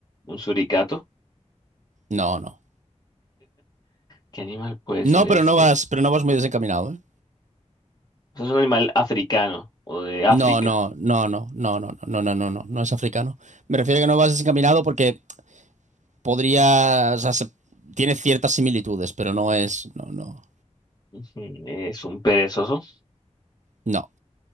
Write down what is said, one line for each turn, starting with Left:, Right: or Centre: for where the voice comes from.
Left: Un suricato.
Right: No, no.
Left: ¿Qué animal puede ser
Right: No, pero
Left: este?
Right: no vas, pero no vas muy desencaminado, ¿eh?
Left: Pues es un animal africano o de África.
Right: No, no, no, no, no, no, no, no, no, no, no es africano. Me refiero a que no vas desencaminado porque podría, o sea, se- tiene ciertas similitudes, pero no es, no, no,
Left: Ujú, Es un perezoso.
Right: no.